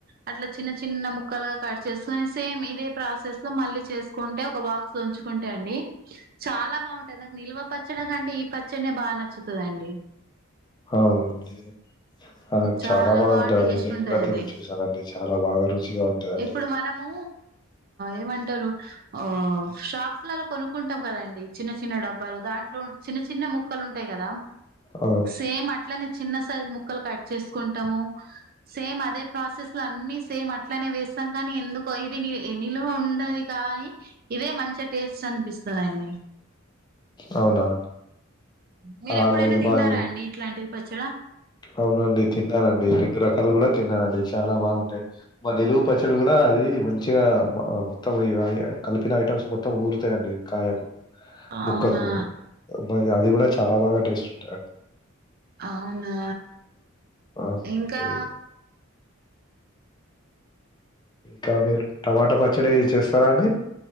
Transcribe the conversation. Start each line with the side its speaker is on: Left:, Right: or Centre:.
Right: అట్లా చిన్న చిన్న ముక్కలుగా కట్ చేసుకొని సేమ్ ఇదే ప్రాసెస్ లో మళ్ళీ చేకుంటే ఒక బాక్స్ ఉంచుకుంటా అండి చాలా బాగు నాకు నిల్వ పచ్చడి కంటే ఈ పచ్చనే బాగా నచ్చుతుందండి
Left: అవునండి. ఆ!
Right: చాలా
Left: బాగుంటదండి.
Right: బాగా టేస్ట్
Left: నేను
Right: ఉంటది
Left: కూడా తిని
Right: అది
Left: చూసానండి. చాలా బాగా రుచిగా ఉంటదండి.
Right: ఇప్పుడు మనము ఏమంటారు ఆ షాక్స్ లలా కొనుకుంటాం కదండి చిన్న చి చిన్న డబ్బాలు దాంట్లో చిన్న చిన్న ముక్కలు ఉంటాయి కదా
Left: అవును.
Right: సేమ్ అట్లనే చిన్న సైజ్ ముక్కలు కట్ చేసుకుంటాము సేమ్ అదే ప్రాసెస్ లో అన్ని సేమ్ అట్లనే వేస్తాం కానీ ఎందుకు ఇది నిలువ ఉండది కానీ ఇదే మంచి టేస్ట్ అనిపిస్తుందిండి
Left: అవునా
Right: మీర
Left: ఆ!
Right: ఎప్పుడైనా
Left: లేదు
Right: తిన్నారా
Left: మాది
Right: అండి ఇట్లాంటిది ప చడ
Left: అవునండి తిన్నానండి ఎన్ని రకాలు కూడా తిన్నానండి చాలా బాగుంటాయి మా నిలువు పచ్చడి కూడా అది మంచిగా మొత్తం కలిపిన ఐటమ్స్ మొత్తం ఊరుతాయంండి కాయకు ముక్కకు
Right: అవునా
Left: అది కూడా చాలా బాగా టేస్ట్ ఉంటుంది
Right: అవునా
Left: అవునండి.
Right: ఇంకా
Left: ఇంకా మీరు టమాటా పచ్చడి చేస్తారా అండి